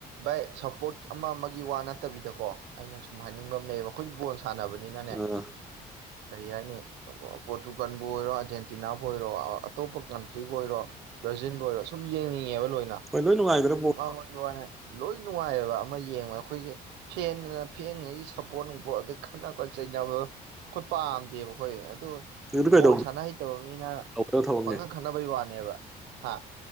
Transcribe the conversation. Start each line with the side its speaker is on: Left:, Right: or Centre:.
Right: ꯏ ꯁ ꯄꯣꯠ ꯑꯃ ꯑꯃꯒꯤ ꯋꯥ ꯅꯠꯇꯕꯤꯗꯀꯣ ꯑꯩꯅ ꯁꯨꯝ ꯍꯥꯏꯅꯤꯡꯕ ꯑꯃ ꯂꯩꯌꯦꯕ ꯑꯩꯈꯣꯏ ꯣꯟ ꯁꯥꯟꯅꯕꯅꯤꯅꯅꯦ
Centre: ꯑꯥ
Right: ꯀꯔꯤ ꯍꯥꯏꯅꯤ ꯄꯣꯔꯇꯨꯒꯥꯟꯕꯨ ꯑꯣꯏꯔꯣ ꯑꯥꯔꯖꯦꯟꯇꯤꯅꯥꯕꯨ ꯑꯣꯏꯔꯣ ꯑꯇꯣꯞꯄ ꯀꯟꯇ꯭ꯔꯤꯕꯨꯕꯨ ꯑꯣꯏꯔꯣ ꯕ꯭ꯔꯥꯖꯤꯟꯕꯨ ꯑꯣꯏꯔꯣ ꯁꯨꯟꯦ <unintelligible> ꯉꯕ ꯂꯣꯏꯅ
Centre: ꯍꯣꯏ ꯂꯣꯏ ꯅꯨꯡꯉꯥꯏꯒꯗ꯭ꯔ ꯕꯣꯜ
Right: ꯑꯃ ꯑꯃꯒꯤ ꯋꯥꯅꯦ ꯂꯣꯏ ꯅꯨꯡꯉꯥꯏꯑꯕ ꯑꯃ ꯌꯦꯡꯕ ꯑꯩꯈꯣꯏꯒꯤ ꯐꯦꯟꯗꯅ ꯐꯦꯡꯉꯩꯒꯤ ꯁꯞꯄꯣꯔꯠ ꯅꯨꯡꯄꯣꯠ ꯑꯗꯩ ꯈꯠ ꯈ ꯆꯩꯅꯕ ꯈꯨꯠ ꯄꯥꯝꯗꯦꯕ ꯑꯩꯈꯣꯏ ꯑꯗ
Centre: ꯑꯗꯨ ꯀꯩꯗꯧꯕ
Right: ꯕꯣꯜ ꯁꯥꯟꯅ ꯍꯩꯇꯕ ꯃꯤꯅ
Centre: ꯇꯧꯒꯗꯕ ꯊꯕꯛꯅꯤ
Right: ꯄꯪꯅ ꯈꯠꯅꯕꯩ ꯋꯥꯅꯦꯕ ꯍꯥ